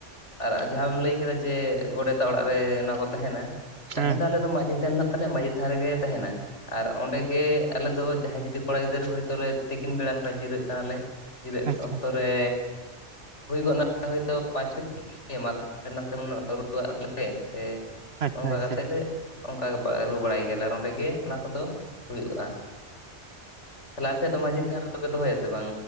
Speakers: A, on the left; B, on the right.
A: ᱟᱨ ᱡᱟᱦᱟᱸᱢ ᱞᱟᱹᱭ ᱠᱮᱫᱟ ᱡᱮ ᱜᱚᱰᱮᱛᱟᱜ ᱚᱲᱟᱜ ᱨᱮ ᱚᱱᱟ ᱠᱚ ᱛᱟᱦᱮᱱᱟ ᱛᱟᱦᱮᱱ
B: ᱦᱩᱸ
A: ᱫᱚ ᱟᱞᱮ ᱫᱚ ᱢᱟᱺᱡᱷᱤ ᱛᱷᱟᱱ ᱢᱮᱱᱟᱜ ᱛᱟᱞᱮᱭᱟ ᱢᱟᱺᱡᱷᱤ ᱛᱷᱟᱱ ᱨᱮᱜᱮ ᱛᱟᱦᱮᱱᱟ ᱟᱨ ᱚᱸᱰᱮ ᱜᱮ ᱟᱞᱮ ᱫᱚ ᱡᱟᱦᱟᱸᱭ ᱡᱩᱫᱤ ᱠᱚᱲᱟ ᱜᱤᱫᱽᱨᱟᱹ ᱦᱳᱭ ᱛᱚᱞᱮ ᱛᱤᱠᱤᱱ ᱵᱮᱲᱟ ᱱᱚᱝᱠᱟ ᱡᱤᱨᱟᱹᱜ ᱠᱟᱱᱟ ᱞᱮ ᱡᱤᱨᱟᱹᱜ
B: ᱟᱪᱪᱷᱟ
A: ᱚᱠᱛᱚ ᱨᱮ ᱦᱩᱭ ᱜᱚᱫ ᱮᱱᱟ ᱦᱚᱭᱛᱚ ᱯᱟᱸᱪ ᱪᱷᱚ ᱡᱚᱱ <inaudible> ᱢᱟ ᱛᱟᱦᱞᱮ ᱱᱟᱥᱮ ᱵᱚᱱ ᱨᱩᱣᱟᱜ ᱞᱮᱜᱮ ᱥᱮ
B: ᱟᱪᱪᱷᱟ
A: ᱚᱱᱠᱟ
B: ᱟᱪᱪᱷᱟ
A: ᱠᱟᱛᱮ ᱞᱮ ᱚᱱᱠᱟ ᱨᱩ ᱵᱟᱲᱟᱭ ᱜᱮᱭᱟᱞᱮ ᱟᱨ ᱚᱸᱰᱮ ᱜᱮ ᱚᱱᱟ ᱠᱚᱫᱚ ᱦᱩᱭᱩᱜᱼᱟ᱾ ᱛᱟᱦᱚᱞᱮ ᱟᱯᱮ ᱫᱚ ᱢᱟᱺᱡᱷᱤ ᱛᱷᱟᱱ ᱨᱮᱫᱚ ᱯᱮ ᱫᱚᱦᱚᱭᱟ ᱥᱮ ᱵᱟᱝ